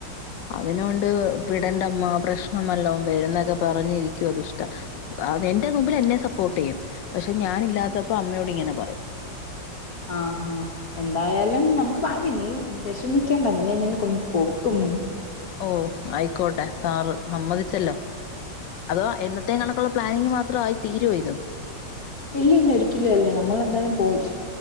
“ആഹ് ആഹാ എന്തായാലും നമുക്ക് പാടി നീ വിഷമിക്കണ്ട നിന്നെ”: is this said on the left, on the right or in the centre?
Left